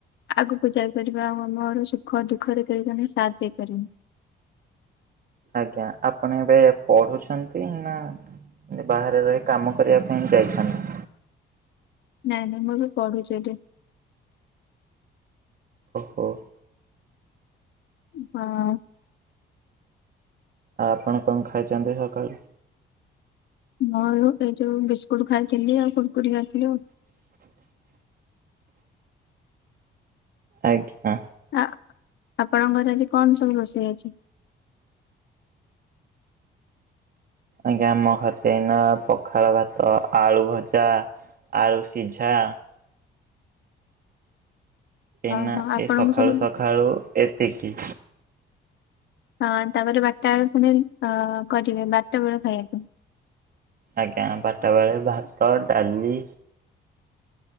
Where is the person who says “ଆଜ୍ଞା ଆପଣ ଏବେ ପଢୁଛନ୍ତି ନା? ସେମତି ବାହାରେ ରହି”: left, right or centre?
Right